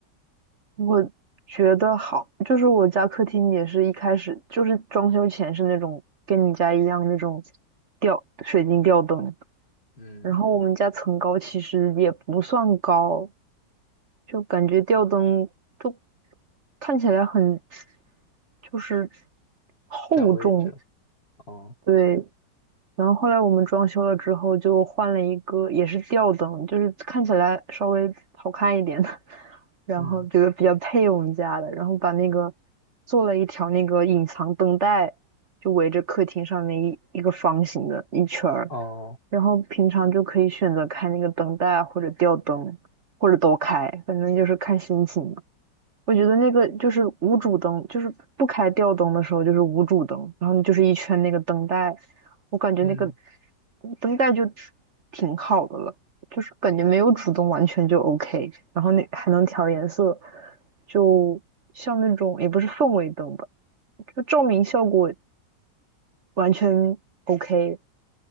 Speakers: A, on the right; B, on the left.
A: 我觉得好，就是我家客厅也是一开始就是装修前是那种跟你家一样那种吊水晶吊灯，
B: 嗯，
A: 然后我们家层高其实也不算高，就感觉吊灯就看起来很就是厚重，
B: 占位置，哦，
A: 对，然后后来我们装修了之后，就换了一个也是吊灯，就是看起来稍微好看一点的，<laughs> 然后觉得比较配我们家的，
B: 嗯，
A: 然后把那个做了一条那个隐藏灯带，就围着客厅上面一一个方形的一圈儿，
B: 哦，
A: 然后平常就可以选择开那个灯带或者吊灯，或者都开，反正就是看心情。我觉得那个就是无主灯，就是不开吊灯的时候就是无主灯，然后你就是一圈那个灯带，我感觉那个
B: 嗯，
A: 灯带就挺好的了，就是感觉没有主灯完全就 OK，然后那还能调颜色，就像那种也不是氛围灯吧，就照明效果完全 OK，